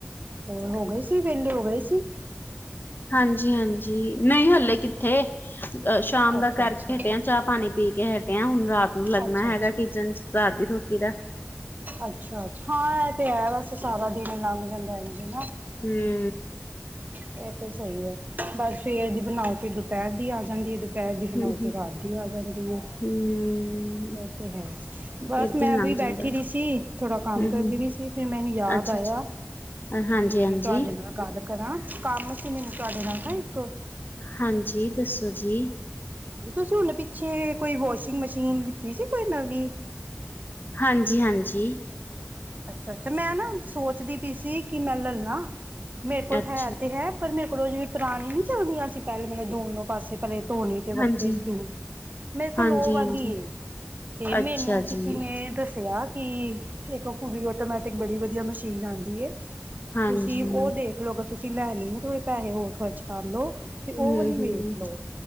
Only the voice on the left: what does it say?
ਹਾਂਜੀ-ਹਾਂਜੀ ਨਹੀਂ ਹੱਲੇ ਕਿੱਥੇ, ਅਹ ਸ਼ਾਮ
ਦਾ ਕਰਕੇ
ਹਟਿਆ, ਚਾਹ- ਪਾਣੀ- ਪੀ ਕੇ ਹਟਿਆ। ਹੁਣ ਰਾਤ ਨੂੰ ਲੱਗਣਾ
ਹੈਗਾ
ਕਿਚਨ ਚ, ਰਾਤ ਦੀ ਰੋਟੀ ਦਾ
ਹੂੰ।
ਹੂੰ ਹੂੰ
ਹੂੰ,
ਏਦਾਂ
ਹੀ ਲੰਘ
ਜਾਂਦਾ।
ਹੂੰ
ਹੂੰ,
ਅੱਛਾ
ਅੱਛਾ, ਹਾਂਜੀ
ਹਾਂਜੀ।
ਹਾਂਜੀ, ਦੱਸੋ ਜੀ
ਹਾਂਜੀ, ਹਾਂਜੀ
ਅੱਛਾ।
ਹਾਂਜੀ,
ਹਾਂਜੀ-ਹਾਂਜੀ,
ਅੱਛਾ
ਜੀ,
ਹਾਂਜੀ।
ਹੂੰ-ਹੂੰ,